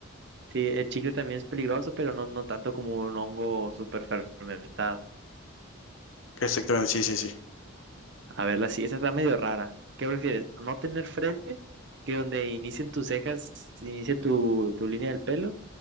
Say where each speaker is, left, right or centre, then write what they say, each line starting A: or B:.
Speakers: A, on the right; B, on the left.
A: Sí, el chicle también es peligroso, pero no, no tanto como un hongo súper fermentado.
B: Exactamente, sí, sí, sí.
A: A verla, sí, esa está medio rara. ¿Qué prefieres? ¿No tener frente, que donde inicien tus cejas, inicie tu, tu línea del pelo?